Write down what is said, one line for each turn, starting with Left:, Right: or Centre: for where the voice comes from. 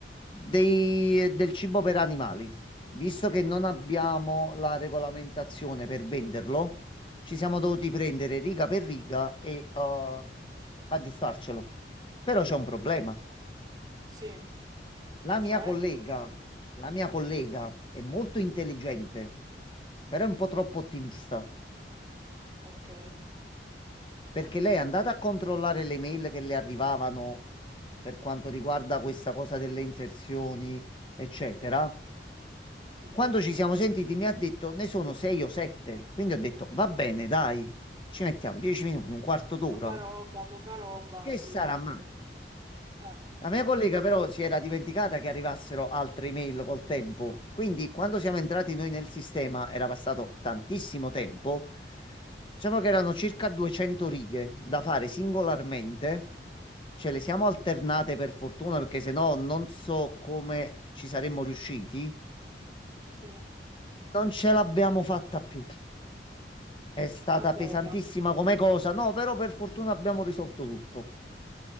Left: dei- del cibo per animali. Visto che non abbiamo
Right: Beh,
Left: la regolamentazione per venderlo, ci siamo dovuti prendere riga per riga e eh, aggiustarcelo. Però c'è un problema.
Right: Sì,
Left: La mia
Right: cioè?
Left: collega, la mia collega è molto intelligente,
Right: Sì.
Left: però è un po'
Right: sì.
Left: troppo ottimista,
Right: Ok,
Left: perché lei è andata a controllare le mail che le arrivavano per quanto riguarda questa cosa delle inserzioni, eccetera.
Right: sì.
Left: Quando ci siamo sentiti mi ha detto ne sono sei o sette, quindi ho detto va bene, dai, ci mettiamo dieci minuti, un quarto d'ora,
Right: Poca roba, poca roba,
Left: che
Right: sì.
Left: sarà
Right: ricordo.
Left: mai?
Right: Eh,
Left: La mia collega però si era dimenticata che arrivassero altre email col tempo, quindi quando siamo entrati noi nel sistema era passato tantissimo tempo, diciamo che erano circa 200 righe da fare singolarmente, ce le siamo alternate per fortuna perché sennò non so come ci saremmo riusciti,
Right: sì.
Left: non ce l'abbiamo fatta più. È stata
Right: Allora,
Left: pesantissima come cosa, no, però per fortuna abbiamo risolto tutto.